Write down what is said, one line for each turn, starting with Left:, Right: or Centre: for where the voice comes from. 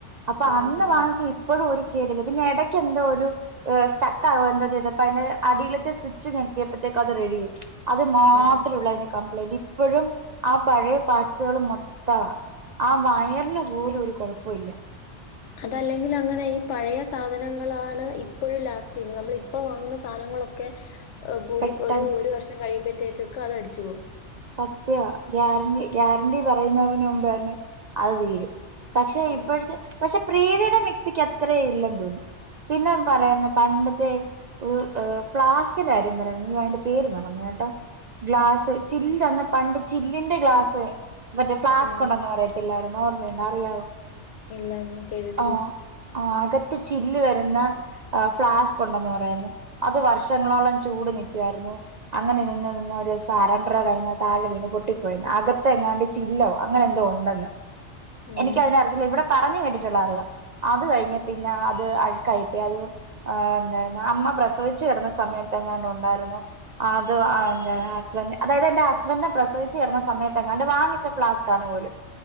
Right: അപ്പൊ
Left: ഉം
Right: അന്ന്
Left: ഉം
Right: വാങ്ങിച്ച ഇപ്പൊഴും ഒരു കേടില്ല പിന്നെ എടയ്ക്കെന്തോ ഒരു സ്റ്റ ക്കാവോ എന്തൊ ചെയ്തപ്പയിന് മേളിത്തെ സ്വിച്ച് ഞെക്കിയപ്പഴത്തേക്കു അത് റെഡിയായി അത് മാത്രുള്ളു
Left: ഉം
Right: അതിന് കമ്പ്ലെ എനിക്ക് ഇപ്പൊഴും ആഹ് പഴയ പാട്സ്കള് മൊ <unintelligible> ആ വയറിന് പോലു ഒരു കൊഴപ്പൊയില്ല
Left: അതല്ലെങ്കിൽ അങ്ങനെ ഈ പഴയ സാധനങ്ങളാണ് ഇപ്പൊഴും ലാസ്റ്റ് ചെയ്യുന്നത് നമ്മളിപ്പൊ വാങ്ങുന്ന സാധനങ്ങളൊക്കെ കൂടിപ്പൊ
Right: പെട്ടെന്ന്
Left: ഒരു ഒരു വർഷം കഴിയുമ്പഴ് അപ്പോത്തേക്കൊക്ക അതടിച്ചോവും
Right: സത്യവാ ഗ്യാരണ്ടി ഗ്യാരണ്ടി പറയുന്നവനു ഇപ്പന്നെ അത് തീരും പക്ഷെ
Left: ഉം
Right: ഇപ്പൊഴത്തെ പക്ഷെ പ്രീതിയുടെ മിക് മിക്സിക്കത്രെ ഇല്ലെന്ന് തോന്നുന്നു പിന്നെ പറയുന്ന പണ്ടത്തെ ഒഹ് ഫ്ലാസ്കിന്റെ കാര്യം പറയാരുന്നു ഇയ്യോ അതിന്റെ പേര് മറന്നോയ് ട്ടോ ഗ്ലാസി ചില്ലെന്ന പണ്ട് ചില്ലിന്റെ ഗ്ലാസ് മറ്റേ ഫ്ളാസ്ക്
Left: ഉം
Right: ഉണ്ടന്ന് പറയത്തില്ലായിരു ഓർമയുണ്ടോ അറിയാവോ
Left: ഇല്ല ഞാൻ കേട്ടിട്ടില്ല
Right: ആഹ് ആഹ് അകത്ത് ചില്ല് വരുന്ന ആഹ് ഫ്ലാസ്ക് ഒണ്ടെന്ന് പറയാരുന്നു അത് വർഷങ്ങളോളം ചൂട് നിക്കുവായിരുന്നു അങ്ങനെ നിന്ന് നിന്ന് ഒരുസ താരാണ് അയിന താഴെ വീണ് പൊട്ടിപ്പോയെന്ന് അ അകത്തെങ്ങാണ്ട് ചില്ലോ അങ്ങനെ എന്തോ ഒണ്ടന്ന്
Left: ഉം
Right: എനിക്ക് അതിനെ അറിത്തില്ല ഇവിടെ പറഞ്ഞ് കേട്ടിട്ട് ഉള്ളാരുവ അത് കഴിഞ്ഞ് പിന്നെ അത് അഴ്ക്കായിപ്പെയി അത് ആ എന്താരുന്നു അമ്മ പ്രസവിച് <unintelligible> കിടന്ന സമയത്ത് എങ്ങാണ്ടോ ഒണ്ടായിരുന്നു അത് അ എന്റ ഹസ്ബൻഡ് അതായത് എന്റെ ഹസ്ബന്റ്നെ പ്രസവിച്ച് കെടന്ന സമയത്തെങ്ങാണ്ട് വാങ്ങിച്ച ഫ്ലാസ്ക് ആണ് പോലും